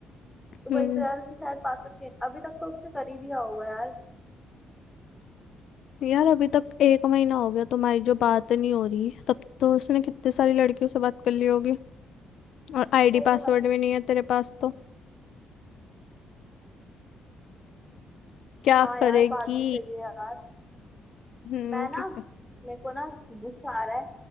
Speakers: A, on the left; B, in the centre.
A: हम्म
B: तो वही तो यार उसने शायद पासवर्ड चेंज अभी तक तो उसने कर ही दिया होगा यार
A: यार अभी तक एक महीना हो गया तुम्हारी जो बात नहीं हो रही तब तो उसने कितने सारी लड़कियों से बात कर ली होगी और आईडी
B: सही
A: पासवर्ड
B: बात
A: भी
B: है
A: नहीं है तेरे पास तो क्या
B: हाँ
A: करेगी
B: यार बात भी सही है यार
A: हम्म
B: मैं ना
A: कि-
B: मेरे को ना गुस्सा आ रहा है